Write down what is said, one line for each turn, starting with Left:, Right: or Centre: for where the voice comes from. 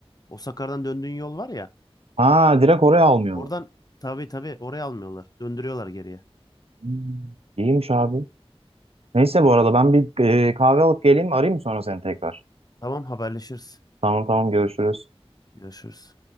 Left: O Sakar'dan döndüğün yol var ya.
Right: Ha direkt oraya almıyorlar.
Left: Oradan tabii tabii oraya almıyorlar. Döndürüyorlar geriye.
Right: Hmm, İyiymiş abi. Neyse bu arada ben bir e, kahve alıp geleyim arayayım mı sonra seni tekrar?
Left: Tamam haberleşiriz.
Right: Tamam tamam görüşürüz.
Left: Görüşürüz.